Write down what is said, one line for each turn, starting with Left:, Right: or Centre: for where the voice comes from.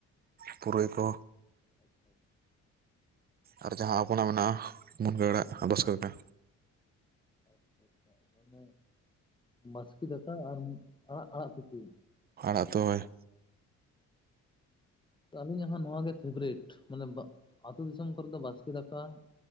Right: ᱯᱩᱨᱟᱹᱭ ᱠᱚ᱾
Left: <unintelligible>
Right: ᱟᱨ ᱡᱟᱦᱟᱸ ᱟᱵᱚᱱᱟᱜ ᱢᱮᱱᱟᱜᱼᱟ ᱢᱩᱱᱜᱟᱹ ᱟᱲᱟᱜ ᱵᱟᱥᱠᱮᱫᱟᱠᱟ᱾
Left: ᱟᱪᱪᱷᱟ ᱟᱪᱪᱷᱟ ᱢᱟᱱᱮ ᱵᱟᱥᱠᱮ ᱫᱟᱠᱟ ᱟᱨ ᱟᱲᱟᱜ ᱟᱲᱟᱜ ᱛᱤᱠᱤ᱾
Right: ᱟᱲᱟᱜ ᱫᱚᱭ
Left: ᱟᱹᱞᱤᱧᱟᱜ ᱦᱚᱸ ᱱᱚᱣᱟᱜ ᱜᱮ ᱯᱷᱮᱵᱨᱮᱴ ᱢᱟᱱᱮ ᱟᱹᱛᱳ ᱫᱤᱥᱚᱢ ᱠᱚᱨᱮ ᱫᱚ ᱵᱟᱥᱠᱮ ᱫᱟᱠᱟ